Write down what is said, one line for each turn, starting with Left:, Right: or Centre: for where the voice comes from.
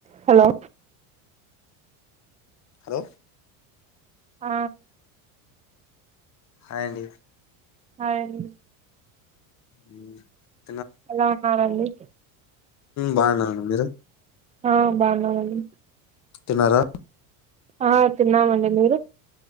Right: హలో
Left: హలో
Right: ఆ
Left: హాయ్ అండి
Right: హాయ్ అండి
Left: మ్మ్
Right: ఎలా ఉన్నారండి
Left: బాగున్నాను మీరు
Right: ఆ బాగున్నామండి
Left: తిన్నారా
Right: ఆ తిన్నామండి మీరు